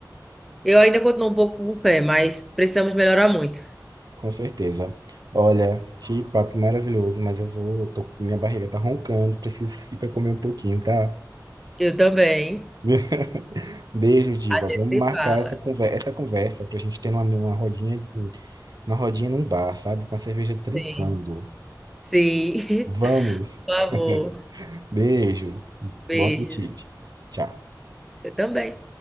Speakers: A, in the centre; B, on the right.
A: Eu ainda continuo um pouco com fé, mas precisamos melhorar muito.
B: com certeza. Olha, que papo maravilhoso, mas eu vou, tô- minha barriga tá roncando, preciso sair para comer um pouquinho, tá?
A: Eu também.
B: <laughs> Beijo, Diva.
A: A
B: Vamos
A: gente
B: marcar
A: se fala.
B: essa conversa, essa conversa para a gente ter uma, uma rodinha, uma rodinha num bar, sabe? Com a cerveja trincando.
A: Sim. Sim.
B: Vamos.
A: <laughs> Por favor.
B: <laughs> Beijo.
A: Beijos.
B: Bom apetite. Tchau.
A: Eu também.